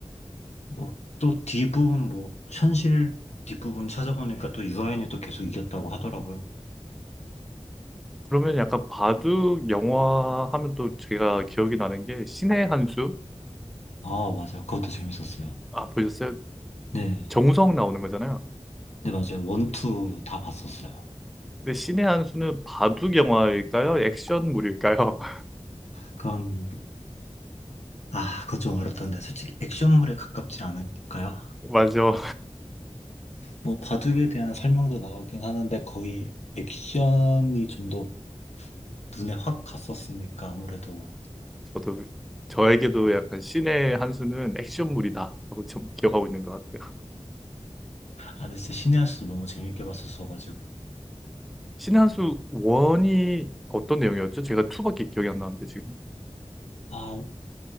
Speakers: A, on the left; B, in the centre.
A: 뭐 또 뒷부분 뭐 현실 뒷부분 찾아보니까 또 유아인이 또 계속 이겼다고 하더라고요.
B: 그러면 약간 바둑 영화 하면 또 제가 기억이 나는 게 신의 한 수?
A: 아, 맞아요. 그것도 재밌었어요.
B: 아, 보셨어요?
A: 네.
B: 정우성 나오는 거잖아요.
A: 네, 맞아요. 원투 다 봤었어요.
B: 근데 신의 한 수는 바둑 영화일까요? 액션물일까요? <laughs>
A: 그건 아, 그것 좀 어렵던데 솔직히 액션물에 가깝지 않을까요?
B: 맞아.
A: 뭐 바둑에 대한 설명도 나오긴 하는데 거의 액션이 좀 더 눈에 확 갔었으니까 아무래도
B: 저도 저에게도 약간 신의 한 수는 액션물이다 라고 좀 기억하고 있는 것 같아요.
A: 아 근데 진짜 신의 한 수도 너무 재밌게 봤었어가지고
B: 신의 한수 원이 어떤 내용이었죠? 제가 투밖에 기억이 안 나는데 지금
A: 아